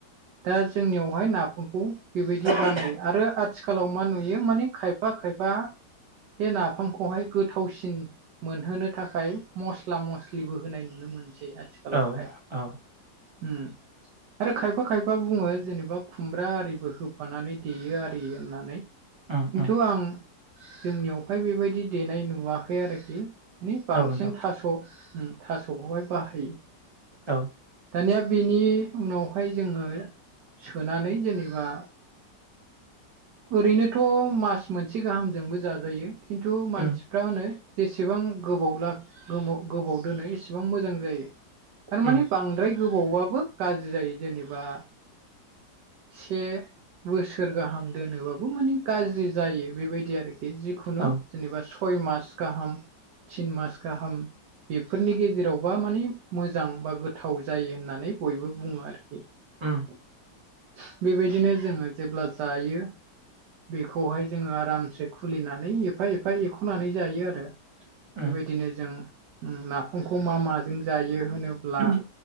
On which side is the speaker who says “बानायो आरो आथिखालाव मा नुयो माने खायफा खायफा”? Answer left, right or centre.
Right